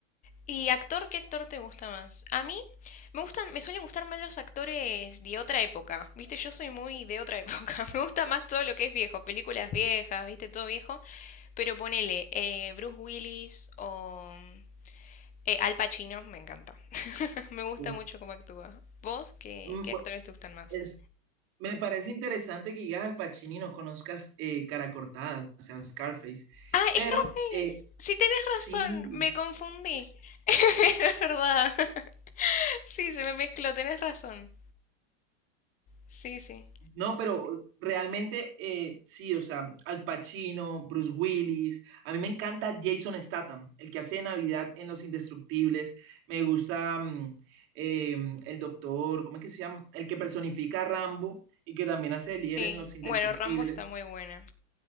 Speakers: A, on the left; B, on the right.
A: ¿Y actor? ¿Qué actor te gusta más? A mí me gustan, me suelen gustar más los actores de otra época. Viste, yo soy muy de otra época. <laughs> Me gusta más todo lo que es viejo, películas viejas, viste, todo viejo. Pero ponele eh, Bruce Willis o eh, Al Pacino, me encanta. <laughs> Me gusta
B: uf.
A: mucho cómo actúa. ¿Vos qué,
B: Mm,
A: qué
B: bu-
A: actores te gustan más?
B: es- me parece interesante que llegas al Pacino y no conozcas eh, Cara Cortada, o sea, Scarface,
A: Ah,
B: pero
A: Scarface.
B: eh,
A: Sí, tenés
B: sí.
A: razón. Me confundí. <laughs> Es verdad. <laughs> Sí, se me mezcló. Tenés razón. Sí, sí.
B: No, pero uh, realmente eh, sí, o sea, Al Pacino, Bruce Willis. A mí me encanta Jason Statham, el que hace de Navidad en Los Indestructibles. Me gusta mm, eh, el doctor, ¿cómo es que se llama? El que personifica a Rambo y que también hace de líder
A: Sí.
B: en Los Indestructibles.
A: Bueno, Rambo está muy buena.